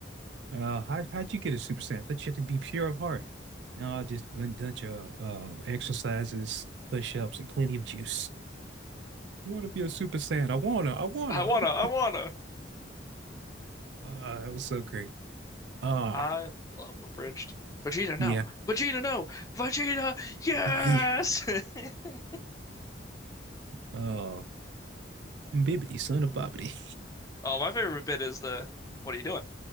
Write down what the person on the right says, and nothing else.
Uh, how how'd you get a super saiyan? That you had to be pure of heart. No, I just been done your uh, exercises, push-ups, and plenty of juice. I want to be a super saiyan. I wanna. I wanna.
I
w
uh, that was so great. Ah,
yeah.
<laughs> yeah.
Oh, Bibbidi, son of Bobbidi.